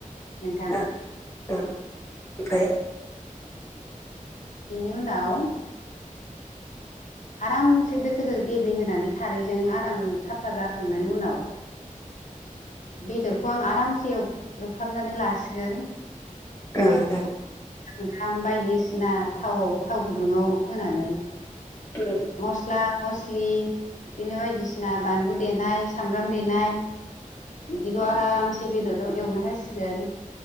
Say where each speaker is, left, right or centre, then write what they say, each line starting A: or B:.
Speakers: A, on the left; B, on the left.
A: <unintelligible>
B: नोंथां बिनि उनाव आरामसे दोखो दोखो गेब्लेहोनानै खारैजों आराम साफा जाखांनानै उनाव। बेदरखौ आं आरामसे एवफ्रामनानै लासिगोन।
A: ओ ओ
B: ओखाम बायदिसिना थावआव थाव गुदुङाव होनानै
A: ओं
B: मस्ला मस्लि बिदिनो बायदिसिना बिसिना बानलु देनाय सामब्राम देनाय। बिदिखौ आरामसे बेदरजों एवनो होसिगोन।